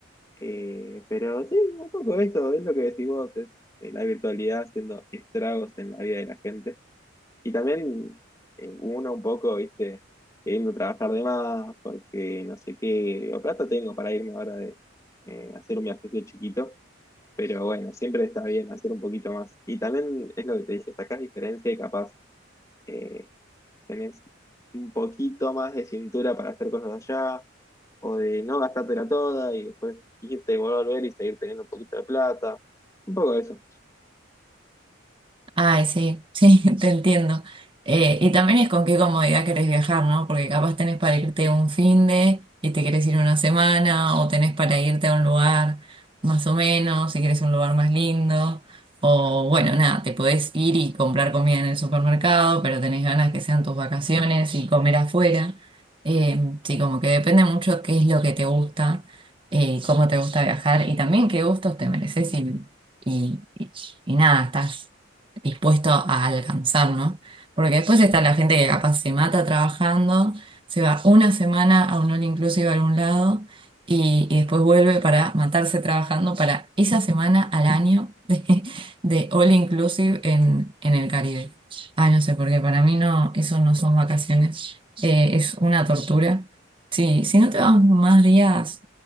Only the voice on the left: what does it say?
Eh, pero sí, un poco eso, es lo que decís vos, es, eh, la virtualidad haciendo estragos en la vida de la gente. Y también eh, uno un poco, viste, queriendo trabajar de más, porque no sé qué, o plata tengo para irme ahora de eh, hacer un viajecito chiquito, pero bueno, siempre está bien hacer un poquito más. Y también es lo que te dije, sacás diferencia y capaz eh, tenés un poquito más de cintura para hacer cosas allá, o de no gastártela toda y después irte, volver y seguir teniendo un poquito de plata, un poco de eso.